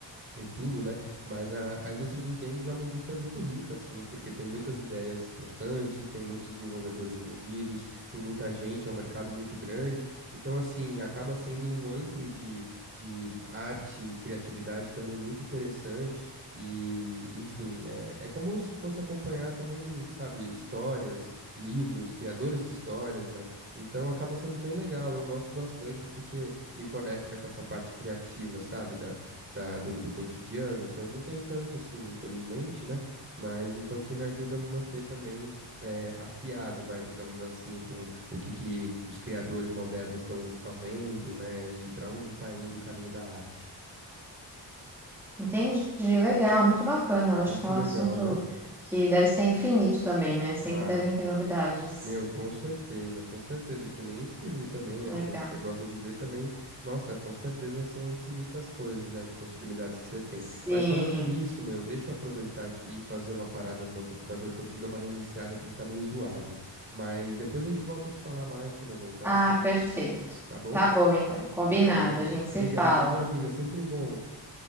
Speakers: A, on the right (about 30°); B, in the centre.
A: e tudo, né? Mas a, a indústria dos games é uma indústria muito rica, assim, porque tem muitas ideias constantes, tem muitos desenvolvedores envolvidos, tem muita gente, é um mercado muito grande. Então, assim, acaba sendo um antro de, de arte e criatividade também muito interessante. E, enfim, é, é como se fosse acompanhar também, sabe, histórias, livros, criadores de histórias, né? Então, acaba sendo bem legal. Eu gosto bastante porque me conecta com essa parte criativa, sabe? da- do, do cotidiano, que eu não tenho tanto assim, infelizmente, né? Mas então que me ajuda a me manter também eh, afiado, vai, digamos assim, com o que, que os criadores modernos estão fazendo, né? E para onde está indo o caminho da arte.
B: Entendi. Legal, muito bacana. Eu acho
A: Muito
B: que é um
A: legal,
B: assunto
A: né?
B: que deve ser infinito também, né? Sempre
A: Ah,
B: devem ter novidades.
A: Meu, com certeza, com certeza, que nem o streaming também,
B: Legal.
A: as coisas que você gosta de ver também, nossa, com certeza são infinitas coisas, né, de possibilidades que você tem.
B: Sim.
A: Mas falando nisso, meu, deixa eu aproveitar aqui e fazer uma parada no meu computador, que eu preciso dar uma reiniciada, que ele tá meio zoado. Mas depois a gente volta a se falar mais quando eu voltar,
B: Ah, perfeito.
A: tá bom?
B: Tá bom, então. Combinado.
A: Maravilha.
B: A gente
A: Obrigado,
B: se fala.
A: viu, amiga? Sempre bom.